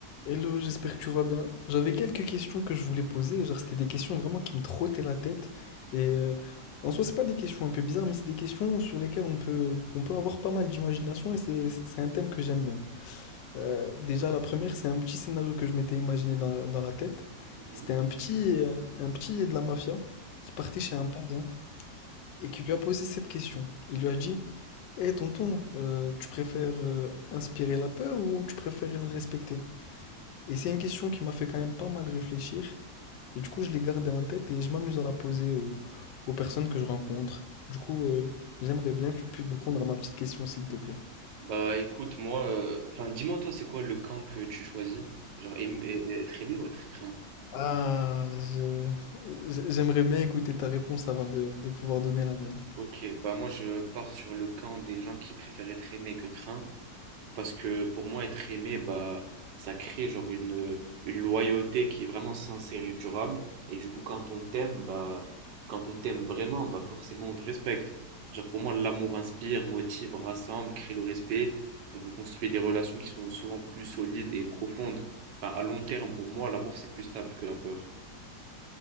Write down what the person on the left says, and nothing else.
Hello, j'espère que tu vas bien. J'avais quelques questions que je voulais poser, genre c'était des questions vraiment qui me trottaient la tête. Et euh, en soi, c'est pas des questions un peu bizarres, mais c'est des questions sur lesquelles on peut, on peut avoir pas mal d'imagination et c'est, c'est un thème que j'aime bien. Euh, déjà, la première, c'est un petit scénario que je m'étais imaginé dans, dans la tête.
C'était un petit, euh, un petit de la mafia qui partait chez un parrain et qui lui a posé cette question. Il lui a dit, Hé tonton, euh, tu préfères euh, inspirer la peur ou tu préfères respecter? Et c'est une question qui m'a fait quand même pas mal réfléchir. Et du coup, je l'ai gardée en tête et je m'amuse à la poser aux, aux personnes que je rencontre. Du coup, euh, j'aimerais bien que tu puisses répondre à ma petite question, s'il te plaît.
Ah, je... je- j'aimerais bien écouter ta réponse avant de, de pouvoir donner la mienne.